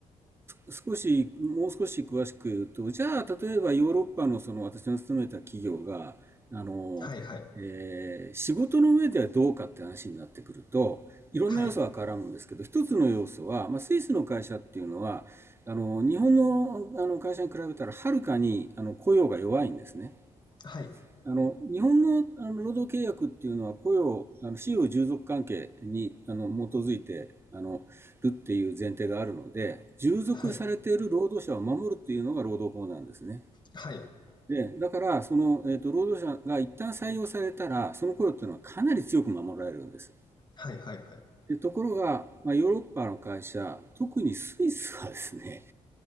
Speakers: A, on the right; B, on the left.
A: 少し、もう少し詳しく言うと、じゃあ、例えばヨーロッパのその私の勤めた企業が、あの、
B: はいはい。
A: えー仕事の上ではどうかって話になってくると、いろんな要素が絡むんですけど、
B: はい。
A: 一つの要素は、まあ、スイスの会社っていうのは、あの、日本の、あの会社に比べたらはるかにあの雇用が弱いんですね。
B: はい。
A: あの、日本のあの労働契約っていうのは雇用、あの、使用従属関係に、あの、基づいて、あの、るっていう前提があるので、従属されている労働者を守るっていうのが労働法なんですね。
B: はい。はい。
A: で、だから、その、えっと、労働者が一旦採用されたら、その雇用っていうのはかなり強く守られるんです。
B: はいはいはい。
A: で、ところが、まあ、ヨーロッパの会社、特にスイスはですね、